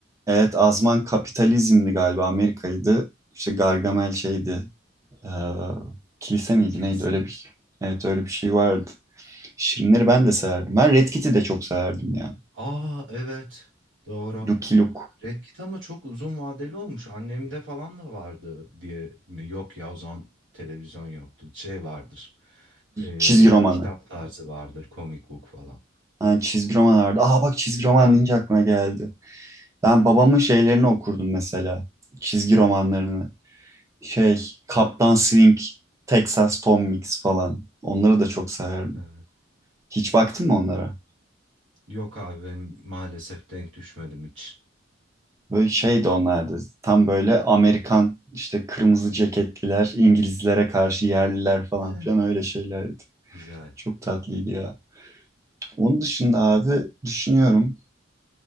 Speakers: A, on the right; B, on the right.
A: evet Azman kapitalizmdi galiba Amerika'ydı. İşte Gargamel şeydi e, kilise miydi
B: Kilise.
A: neydi öyle bir evet öyle bir şey vardı. Şirinleri ben de severdim. Ben Red Kit'i de çok severdim ya.
B: Aa evet doğru.
A: Lucky Luke
B: Red Kit ama çok uzun vadeli olmuş. Annemde falan da vardı diye mi? Yok ya o zaman televizyon yoktu. Şey vardır. Ee,
A: çizgi romanı.
B: kitap tarzı vardır. Comic book falan.
A: Ha, çizgi roman vardı. Aa bak çizgi roman
B: Ha
A: deyince aklıma geldi. Ben babamın şeylerini okurdum mesela. Çizgi romanlarını. Şey, Kaptan Swing, Texas Tom Mix falan. Onları da çok severdim.
B: evet.
A: Hiç baktın mı onlara?
B: Yok abi ben maalesef denk düşmedim hiç.
A: Böyle şeydi onlardı. Tam böyle Amerikan işte kırmızı ceketliler, İngilizlere karşı yerliler falan
B: Hı.
A: filan öyle şeylerdi.
B: Güzel.
A: Çok tatlıydı ya. Onun dışında abi düşünüyorum.